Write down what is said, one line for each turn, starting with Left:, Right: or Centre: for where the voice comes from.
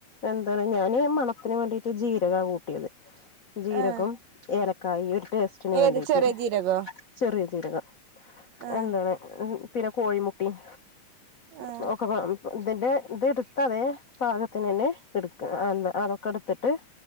Left: എന്താണ് ഞാാന് മണത്തിന് വേണ്ടിട്ട് ജീരക കൂട്ടും. ജീരകം
Right: ആഹ്
Left: ഏലക്കയി ഒരു ടേസ്റ്റിന്
Right: ഏത്
Left: വേണ്ടിട്ട്.
Right: ചെറിയ ജീരകോ
Left: ചെറിയ ചിരകം
Right: ആഹ്
Left: എന്താണ് പിന്നെ കോഴിമുട്ടിയും.
Right: ആഹ്
Left: <unintelligible> ഇതിന്റെ ഇത് അതേ പാകത്തിന് തന്നെ എടുക്ക അതൊക്കെ എടുത്തിട്ട്